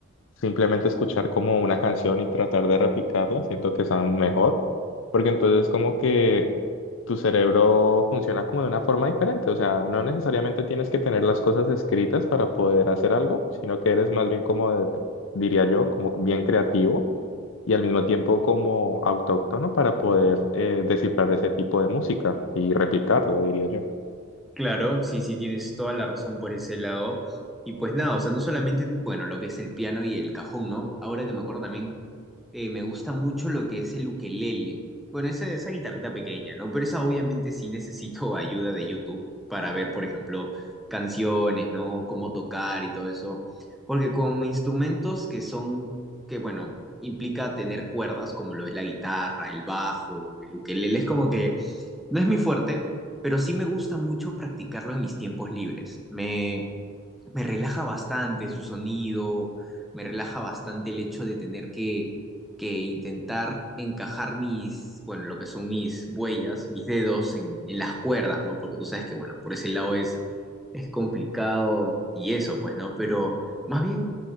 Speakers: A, on the left (about 60°); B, in the centre.
A: simplemente escuchar como una canción y tratar de replicarla, siento que es aún mejor, porque entonces como que tu cerebro funciona como de una forma diferente, o sea, no necesariamente tienes que tener las cosas escritas para poder hacer algo, sino que eres más bien como, de- diría yo, como bien creativo y al mismo tiempo como autóctono para poder eh, descifrar ese tipo de música y replicarla, diría yo.
B: Claro, sí, sí, tienes toda la razón por ese lado. Y pues nada, o sea, no solamente, bueno, lo que es el piano y el cajón, ¿no? Ahora que me acuerdo también, eh, me gusta mucho lo que es el ukelele. Bueno, esa, esa guitarrita pequeña, ¿no? Pero esa obviamente sí necesito <laughs> ayuda de YouTube para ver, por ejemplo, canciones, ¿no? Cómo tocar y todo eso. Porque con instrumentos que son, que bueno, implica tener cuerdas, como lo es la guitarra, el bajo, el ukelele, es como que no es mi fuerte, pero sí me gusta mucho practicarlo en mis tiempos libres. me me relaja bastante su sonido, me relaja bastante el hecho de tener que, que intentar encajar mis, bueno, lo que son mis huellas, mis dedos en, en las cuerdas, ¿no? Porque tú sabes que, bueno, por ese lado es, es complicado y eso, pues, ¿no? Pero más bien,